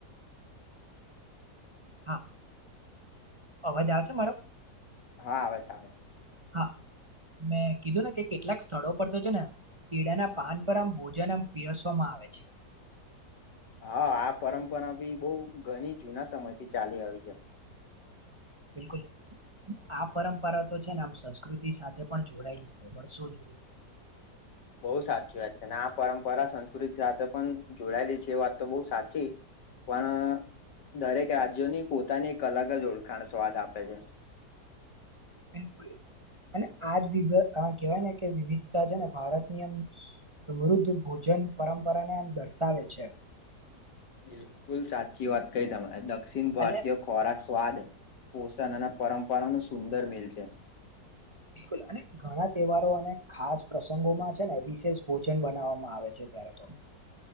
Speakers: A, on the right (about 25°); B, on the left (about 85°).
A: હા અવાજ આવશે મારો.
B: હા આવે છે આવે છે.
A: હા મેં કીધું ને કે કેટલાક સ્થળો પર તો છે ને. કેળાના પાન પર આમ ભોજન આમ પીરસવામાં આવે છે.
B: હા આ પરંપરા બી બહ ઘણી જૂના સમયથી ચાલી આવી છે.
A: બિલકુલ આ પરંપરા તો છે ને આમ સંસ્કૃતિ સાથે પણ જોડાયેલી છે વર્ષો જોડ. <inaudible>
B: બહ સાચી વાત છે અને આ પરંપરા સંસ્કૃતિ સાથે પણ જોડાયેલી છે એ વાત તો બઉ સાચી પણ દરેક રાજ્યોની પોતાની એક અલગ જ ઓળખાણ, સ્વાદ આપે છે.
A: બિલકુલ. અને આજ વિ કેવાય ને કે વિવિધતા છે ને ભારતનીયમ. સમૃદ્ધ ભોજન પરંપરાને આમ દર્શાવે છે.
B: બિલકુલ સાચી વાત કઈ તમારે દક્ષિણ ભારતીય
A: અને
B: ખોરાક, સ્વાદ પોષણ અને પરંપરાનો સુંદર મેલ છે.
A: બિલકુલ અને ઘણા તહેવારો અને ખાસ પ્રસંગોમાં છે ને વિશેષ ભોજન બનાવવામાં આવે છે. ત્યારે તો